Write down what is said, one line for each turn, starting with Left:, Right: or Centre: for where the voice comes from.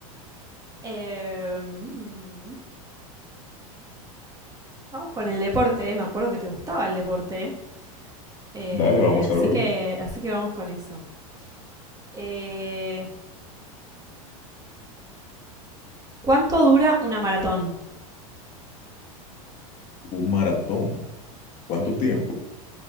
Right: Eh, mm, vamos con el deporte. Me acuerdo que te gustaba el deporte. Eh,
Left: Dale, vamos
Right: así
Left: a ver.
Right: que, así que vamos con eso. Eh, ¿Cuánto dura una maratón?
Left: Un maratón. ¿Cuánto
Right: Sí.
Left: tiempo?